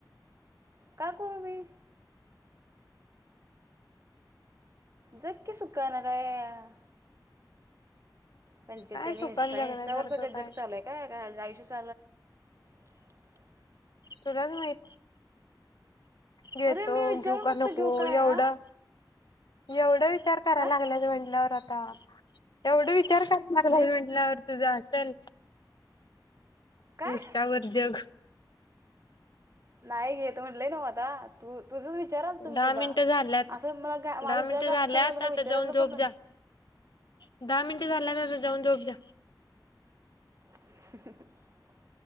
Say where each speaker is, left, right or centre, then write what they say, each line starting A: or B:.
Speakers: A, on the right; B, on the left.
A: का करू मी? जग की सुखाने काय- म्हणजे
B: काय
A: त्यांनी
B: सुकान
A: इंस्टा
B: जगण्यासारखं
A: इंस्टावर सगळं
B: काय
A: जग चाललंय का आयुष- <unintelligible>
B: तुलाच माहीत. घेतो
A: अरे मी विचारून
B: घेऊ का
A: नुसतं
B: नको
A: घेऊ काय
B: एवढा-
A: हा
B: एवढं- विचार करायला
A: काय
B: लागला म्हनल्यावर- हां, एवढं विच- विचार करणारा
A: नाही
B: भाऊ ए म्हटल्यावर <unintelligible> तर-
A: काय
B: इंस्टावर जग-
A: नाही घेत म्हटलंय ना आता तू- तुझंच विचाराल तुम्ही
B: दहा
A: तुला
B: मिनिटं झाल्यात.
A: असं मला घा- माझं
B: दहा मिनिटं
A: जग
B: झाल्यात
A: असतं तर तुला
B: आता
A: विचारलं
B: जाऊन झोप
A: पण नसतं
B: जा. दहा मिनट झाल्यात आता जाऊन झोप जा.
A: <unintelligible>